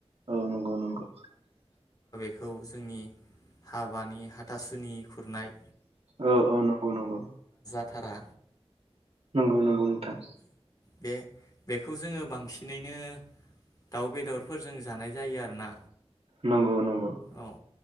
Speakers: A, on the right; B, on the left.
A: औ नंगौ नंगौ
B: खौ जोंनि हाबानि हाथासुनि खुरनाय
A: औ औ नंगौ नंगौ।
B: थारा
A: नंगौ नंगौ नोंथां
B: बे बेखौ जोङो बांसिनैनो दाउ बेदरफोरजों जानाय जायो आरोना
A: नंगौ नंगौ।
B: औ